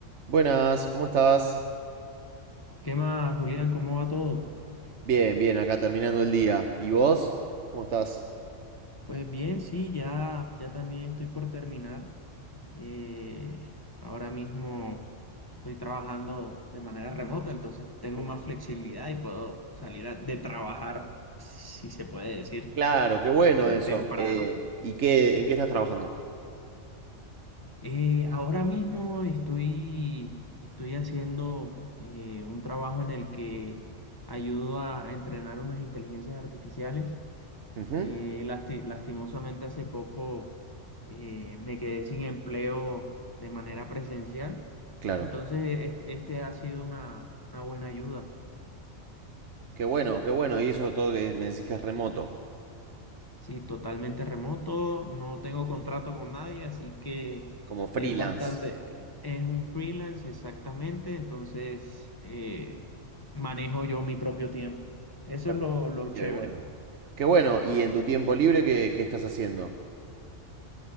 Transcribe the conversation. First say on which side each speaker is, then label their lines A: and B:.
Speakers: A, on the right (about 65°); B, on the left (about 20°).
A: Buenas, ¿cómo estás?
B: ¿Qué más, Julián? ¿Cómo va todo?
A: Bien, bien, acá terminando el día. ¿Y vos? ¿Cómo estás?
B: Pues bien, sí, ya, ya también estoy por terminar. Eh, ahora mismo estoy trabajando de manera remota, entonces tengo más flexibilidad y puedo salir a- de trabajar, si se puede decir,
A: Claro, qué bueno
B: eh,
A: eso.
B: temprano.
A: Eh, ¿y qué, en qué estás trabajando?
B: Eh, ahora mismo estoy, estoy haciendo eh, un trabajo en el que ayudo a, a entrenar unas inteligencias artificiales
A: Ujú,
B: Eh, lasti- lastimosamente hace poco eh, me quedé sin empleo de manera presencial.
A: claro.
B: Entonces, este, este ha sido una, una buena ayuda.
A: Qué bueno, qué bueno. Y eso todo que me decís que es remoto,
B: Sí, totalmente remoto, no tengo contrato con nadie, así que
A: como freelance.
B: es bastante, es un freelance exactamente, entonces eh, manejo yo mi propio tiempo. Eso
A: Per-
B: es lo, lo
A: qué
B: chévere.
A: bueno. Qué bueno. ¿Y en tu tiempo libre qué, qué estás haciendo?